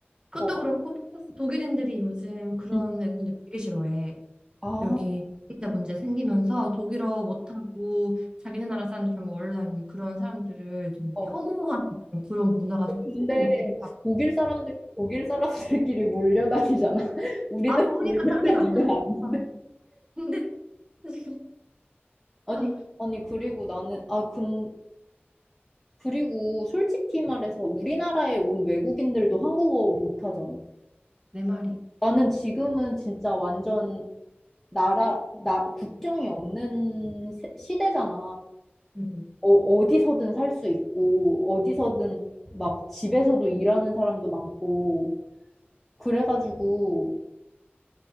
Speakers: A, on the right; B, in the centre.
A: 그것도
B: 어,
A: 그렇고 플러스 독일인들이 요즘 그런
B: 음.
A: 외국인들 되게 싫어해.
B: 아,
A: 여기 비자 문제 생기면서 독일어 못하고 자기네 나라 사람들 좀 얼려 다니는 그런 사람들을 좀
B: 어.
A: 혐오하는 그런 문화가 좀 확산되고
B: 근데
A: 있으니까.
B: 독일 사람들 독일 사람들끼리 몰려다니잖아. <laughs> 우리는
A: 아, 그러니까
B: 몰려다니는
A: 사례가 안 끊어졌잖아.
B: 아닌데.
A: 근데, 지금, 아,
B: 아니 아니 그리고 나는 아 근 그리고 솔직히 말해서 우리나라에 온 외국인들도 한국어 못하잖아.
A: 내 말이.
B: 나는 지금은 진짜 완전 나라, 나, 국경이 없는 세- 시대잖아.
A: 음.
B: 어, 어디서든 살 수 있고, 어디서든 막 집에서도 일하는 사람도 많고, 그래가지고